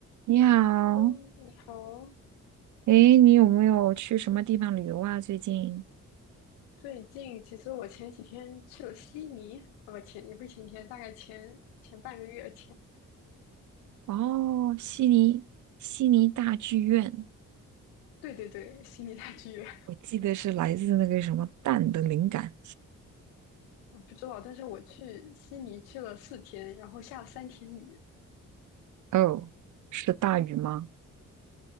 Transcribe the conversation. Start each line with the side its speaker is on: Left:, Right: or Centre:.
Right: 你好，
Left: Hello，你好哦。
Right: 诶，你有没有去什么地方旅游啊？最近？
Left: 最近其实我前几天去了悉尼，啊不前也不是前天，大概前前半个月前。
Right: 哦，悉尼，悉尼大剧院，
Left: 对对对，悉尼大剧院，
Right: 我记得是来自那个什么蛋的灵感。
Left: 我不知道，但是我去悉尼去了四天，然后下了三天雨，
Right: 哦，是大雨吗？